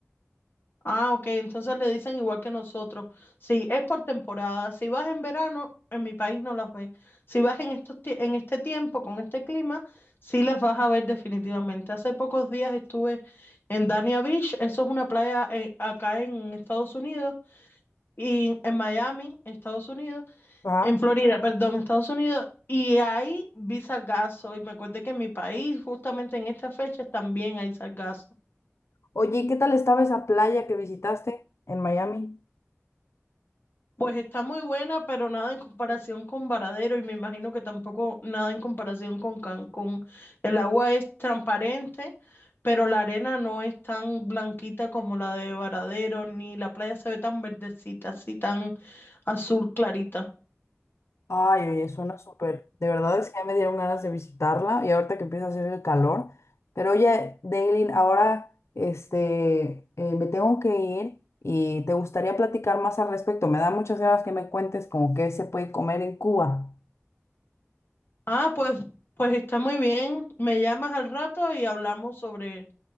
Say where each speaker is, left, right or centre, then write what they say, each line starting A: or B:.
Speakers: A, on the left; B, on the left.
A: Ah, ok, entonces le dicen igual que nosotros. Sí, es por temporada. Si vas en verano, en mi país no las ves. Si vas en estos, tie- en este tiempo, con este clima, sí las vas a ver definitivamente. Hace pocos días estuve en Dania Beach, eso es una playa eh, acá en Estados Unidos, y en Miami, Estados Unidos,
B: Ajá.
A: en Florida, perdón, Estados Unidos. Y ahí vi sargazo y me acuerdo que en mi país, justamente en estas fechas, también hay sargazo.
B: Oye, ¿y ¿qué tal estaba esa playa que visitaste en Miami?
A: Pues está muy buena, pero nada en comparación con Varadero y me imagino que tampoco nada en comparación con Cancún. El agua es transparente, pero la arena no es tan blanquita como la de Varadero, ni la playa se ve tan verdecita, así tan azul clarita.
B: Ay, oye, suena súper. De verdad es que ya me dieron ganas de visitarla y ahorita que empieza a hacer el calor. Pero oye, Daylin, ahora este, eh, me tengo que ir y te gustaría platicar más al respecto. Me da muchas ganas que me cuentes como qué se puede comer en Cuba.
A: Ah, pues, pues está muy bien. Me llamas al rato y hablamos sobre,